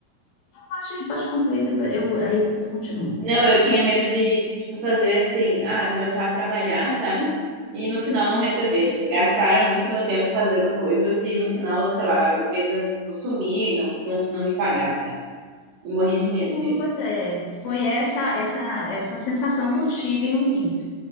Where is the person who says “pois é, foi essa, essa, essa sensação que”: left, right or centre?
Left